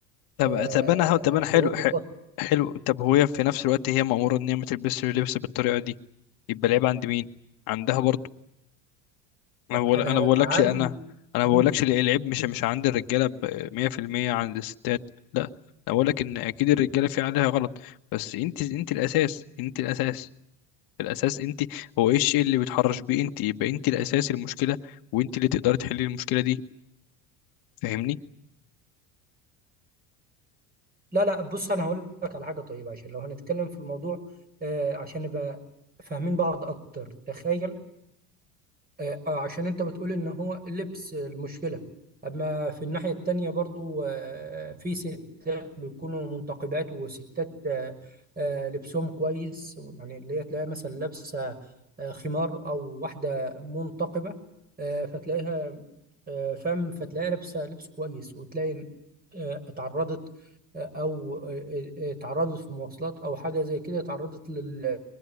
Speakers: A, on the left (about 60°); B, on the right (about 25°).
A: طب
B: آه
A: طب انا طب انا
B: تغض
A: حلو ح-
B: البصر
A: حلو طب هو هي في نفس الوقت هي مأمورة ان هي ما تلبسش اللبس بالطريقة دي يبقى العيب عند مين عندها برضه انا بقول
B: انا
A: انا بقولكش
B: عارف
A: انا
B: إن-
A: انا
B: مم.
A: بقولكش ال- العيب مش مش عند الرجاله ب 100% عند الستات لا انا بقولك ان اكيد الرجاله في عليها غلط بس انت انت الاساس انت الاساس الاساس انت هو ايه الشيء اللي بيتحرش بيه انت يبقى انت الاساس المشكله وانت اللي تقدري تحلي المشكله دي فاهمني
B: لا لا بص انا هقول لك على حاجة طيبة عشان لو هنتكلم في الموضوع آه عشان نبقى فاهمين بعض اكتر تخيل آه آه، عشان انت بتقول ان هو اللبس المشكلة اما في الناحية التانية برضو آه في ستات بيكونوا منتقبات وستات آه آه لبسهم كويس يعني اللي هي تلاقيها مثلا لابسة آه خمار او واحدة منتقبة آه فتلاقيها آه فم فتلاقيها لابسة لبس كويس وتلاقي آه اتعرضت آه، او آه، آه، اتعرضت في مواصلات او حاجه زي كده اتعرضت لل...